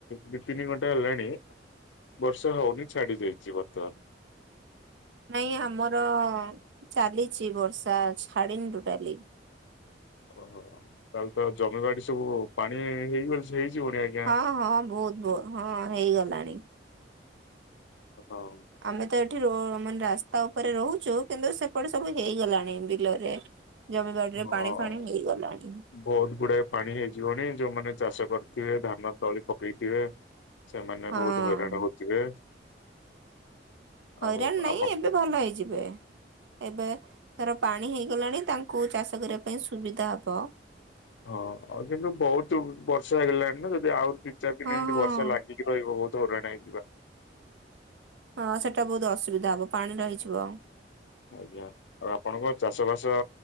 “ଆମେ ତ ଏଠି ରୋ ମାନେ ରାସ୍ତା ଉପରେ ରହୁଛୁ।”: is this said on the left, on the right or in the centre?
Right